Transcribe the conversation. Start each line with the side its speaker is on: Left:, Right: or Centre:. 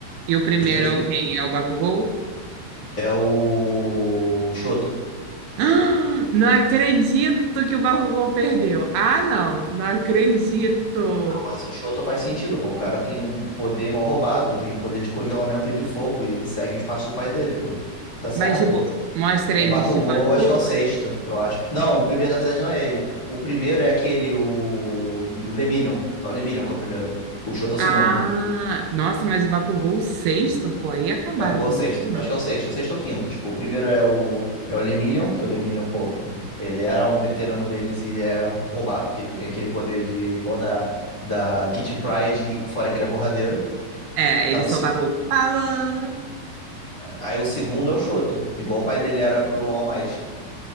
Right: E o primeiro
Left: Os três
Right: é
Left: pri-
Right: o quem? É o Bakugou?
Left: é o Shoto.
Right: <gasps> Ah, Não acredito que o Bakugou perdeu. Ah, não, não acredito.
Left: Mas o Shoto faz sentido, pô. O cara tem um poder mal roubado, tem um poder de congelamento e de fogo, e ele segue os passos do pai dele, pô. Tá certo.
Right: Mas, tipo, mostra
Left: O
Right: eles,
Left: Bakugou,
Right: tipo, adultos.
Left: eu acho que é o sexto, eu acho. Não, o primeiro, na verdade, não é ele. O primeiro é aquele, o Lemillion. É o Lemillion que é o primeiro. O Shoto é o segundo.
Right: Ah,
Left: O
Right: nossa, mas o Bakugou sexto, pô, aí acabaram
Left: Bakugou
Right: com
Left: é o sexto.
Right: o menino.
Left: Acho que é o sexto, sexto ou quinto. Tipo, o primeiro é o, é o Lemillion, que o Lemillion, pô, ele era um veterano deles e ele é roubado, que ele tem aquele poder de, igual da, da Kitty Pryde, fora que ele é porradeiro.
Right: É, ele
Left: É o
Right: soltava
Left: se-
Right: o pala.
Left: Aí o segundo é o Choto, igual o pai dele era pro All Might.